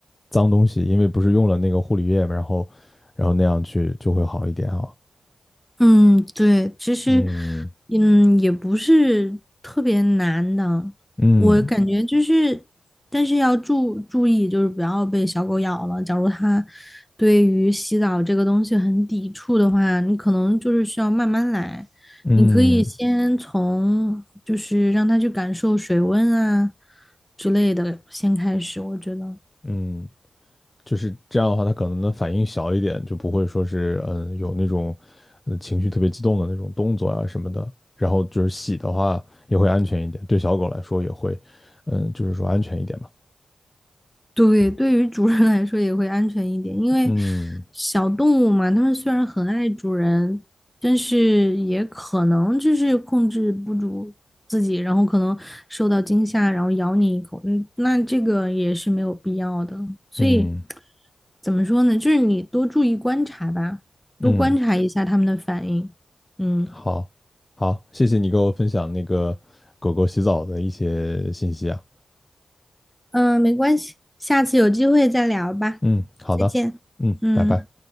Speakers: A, on the left; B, in the centre.
A: 脏东西，因为不是用了那个护理液嘛，然后，然后那样去就会好一点啊。
B: 嗯，对，其实，
A: 嗯
B: 嗯，也不是特别难的，
A: 嗯
B: 我感觉就是，但是要注注意，就是不要被小狗咬了。假如它对于洗澡这个东西很抵触的话，你可能就是需要慢慢来。
A: 嗯
B: 你可以先从就是让它去感受水温啊之类的先开始，我觉得。
A: 嗯，就是这样的话，他可能的反应小一点，就不会说是嗯有那种呃情绪特别激动的那种动作啊什么的。然后就是洗的话也会安全一点，对小狗来说也会，嗯，就是说安全一点嘛。
B: 对，对于主人来说也会安全一点，因为
A: 嗯
B: 小动物嘛，它们虽然很爱主人，但是也可能就是控制不住自己，然后可能受到惊吓，然后咬你一口，嗯，那这个也是没有必要的。所以
A: 嗯
B: 怎么说呢？就是你多注意观察吧，
A: 嗯
B: 多观察一下它们的反应。嗯
A: 好，好，谢谢你给我分享那个狗狗洗澡的一些信息啊。
B: 嗯，没关系，下次有机会再聊吧，
A: 嗯，好的，
B: 再见。
A: 嗯，
B: 嗯。
A: 拜拜。